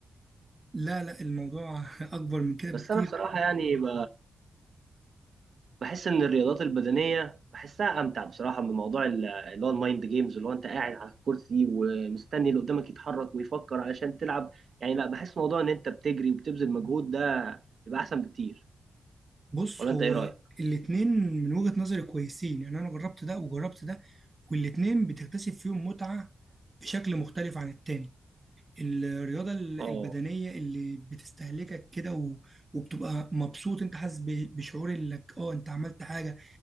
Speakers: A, on the right; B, on the right.
A: لا لا الموضوع <laughs> أكبر من كده بكتير
B: بس انا بصراحه يعني ب... بحس ان الرياضات البدنيه بحسها امتع بصراحه من موضوع ال- اللي هو المايند جيمز اللي هو انت قاعد على الكرسي ومستني اللي قدامك يتحرك ويفكر علشان تلعب يعني لا بحس موضوع ان انت بتجري وبتبذل مجهود ده بيبقى احسن بكتير
A: بص
B: ولا انت
A: هو
B: ايه رايك؟
A: الاتنين من وجهة نظري كويسين يعني انا جربت ده وجربت ده والاتنين بتكتسب فيهم متعة بشكل مختلف عن التاني الرياضة ال-
B: اه
A: البدنية اللي بتستهلكك كده و... وبتبقى مبسوط انت حاسس ب... بشعور انك اه انت عملت حاجة